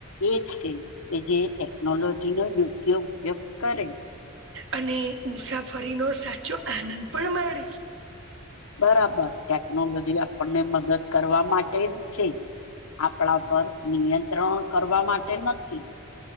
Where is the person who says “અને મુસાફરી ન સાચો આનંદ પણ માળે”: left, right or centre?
Right